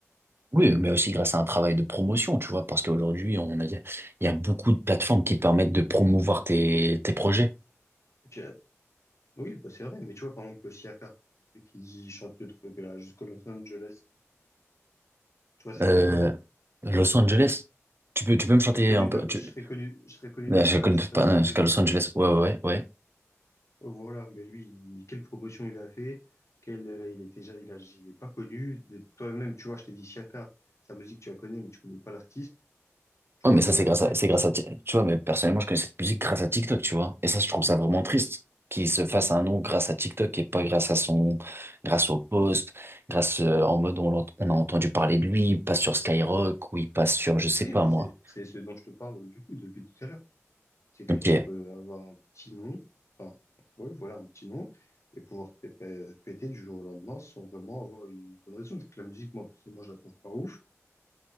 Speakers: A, on the right; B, on the left.
A: Oui, mais aussi grâce à un travail de promotion, tu vois, parce qu'aujourd'hui, on a, il y a beaucoup de plateformes qui te permettent de promouvoir tes, tes projets.
B: Tu as- Oui, bah, c'est vrai. Mais tu vois, par exemple, le Siaka, celui qui chante le truc là jusqu'à Los Angeles. Tu vois, c'est
A: Euh,
B: qui ou pas?
A: Los Angeles, tu peux, tu peux me chanter
B: Je serais connu
A: un peu,
B: de,
A: tu,
B: je serais connu, je serais connu
A: Mais
B: de Paname
A: je connais
B: jusqu'à
A: pas,
B: Los
A: hein,
B: Angeles.
A: jusqu'à Los Angeles, ouais, ouais, ouais. Ouais,
B: Oh, Voilà. Mais lui, il- quelle promotion il a fait? Quel, euh, il était déjà, il a, il est pas connu. De- Toi-même, tu vois, je t'ai dit Siaka, sa musique, tu la connais, mais tu connais pas l'artiste. Tu
A: Ouais,
B: vois,
A: mais ça,
B: euh,
A: c'est grâce
B: lui,
A: à,
B: il
A: c'est
B: pense-
A: grâce à, Ti- tu vois, mais personnellement, je connais cette musique grâce à TikTok, tu vois. Et ça, je trouve ça
B: Oui,
A: vraiment
B: voilà.
A: triste qu'il se fasse un nom grâce à TikTok et pas grâce à son, grâce au post, grâce, euh, en mode, on, l'ent- on a entendu parler de lui, il passe sur Skyrock ou il passe sur, je sais
B: Ah Oui,
A: pas,
B: mais
A: moi.
B: c'est c'est ce dont je te parle du coup depuis tout à l'heure. C'est que
A: Ok.
B: tu peux avoir un petit nom, enfin, ouais, voilà, un petit nom, et pouvoir pé- pé- péter du jour au lendemain sans vraiment avoir une bonne raison. Vu que la musique, moi, personnellement, je la trouve pas ouf.